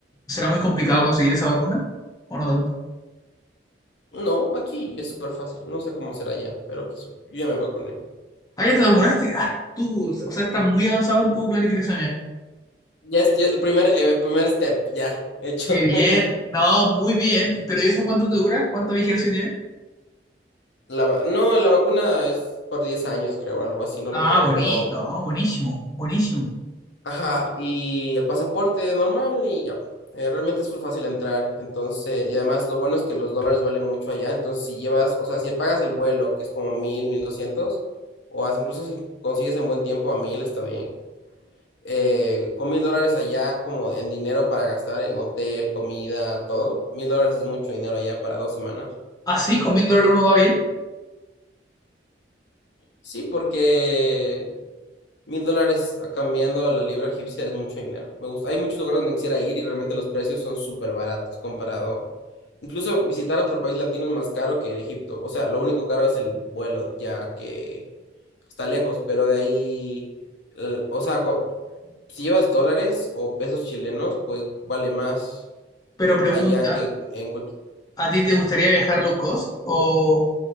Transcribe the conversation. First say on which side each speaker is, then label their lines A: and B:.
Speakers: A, on the left; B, on the left.
A: ¿Será muy complicado conseguir esa vacuna o no tanto?
B: No, aquí es súper fácil. No sé cómo será ya, pero aquí sup- yo ya me vacuné.
A: Ah, ya te vacunaste. Ah, tú, o sea, estás muy avanzado en tu planificación ya.
B: Ya es, ya es el primer, eh, primer step, ya hecho.
A: Qué bien.
B: <laughs>
A: No, muy bien. ¿Pero y eso cuánto te dura? ¿Cuánta vigencia tiene?
B: La va- no, la vacuna es por 10 años, creo, algo así, no
A: Ah,
B: recuerdo,
A: buenísimo.
B: pero...
A: No, buenísimo. Buenísimo.
B: Ajá, y el pasaporte normal y ya. Eh, realmente es muy fácil entrar, entonces, y además lo bueno es que los dólares valen mucho allá, entonces si llevas, o sea, si pagas el vuelo, que es como mil, mil doscientos, o haz- incluso si consigues en buen tiempo a mil, está bien. eh, con mil dólares allá como en dinero para gastar en hotel, comida, todo, mil dólares es mucho dinero allá para dos semanas.
A: Así, con mil dólares uno va bien.
B: Sí, porque mil dólares a- cambiando a la libra egipcia es mucho dinero. Me gusta. Hay muchos lugares donde quisiera ir y realmente los precios son súper baratos comparado. Incluso visitar otro país latino es más caro que ir a Egipto. O sea, lo único caro es el vuelo, ya que está lejos, pero de ahí, eh, o sea, cu- si llevas dólares o pesos chilenos, pues vale más.
A: Pero pregunta,
B: allá que en cualquier...
A: ¿A ti te gustaría viajar low cost o